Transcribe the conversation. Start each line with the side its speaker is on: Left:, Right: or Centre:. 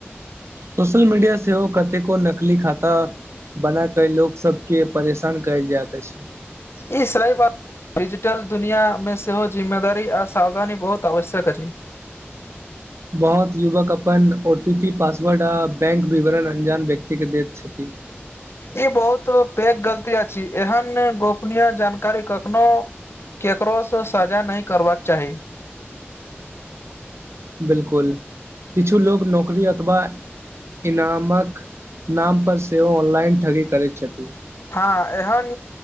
Right: सोशल मीडिया सेहो कतेको नकली खाता बनायक लोक सब के परेशान कयल जाइत अछि
Left: ई सलइ ब डिजिटल दुनिआमे सेहो जिम्मेदारी आ सावधानी बहुत आवश्यक अछि
Right: बहुत युवक अपन ओ टी पी पासवर्ड आ बैंक विवरण अन्जान व्यक्तिके दैत छथि
Left: ई बहुत पैघ गलती अछि एहन गोपनीय जानकारी कखनो केकरोसँ साझा नहि करबाक चाही
Right: बिल्कुल किछु लोक नौकरी अथवा इनामक नाम पर सेहो ऑनलाइन ठगी करैत छथि
Left: हँ एहन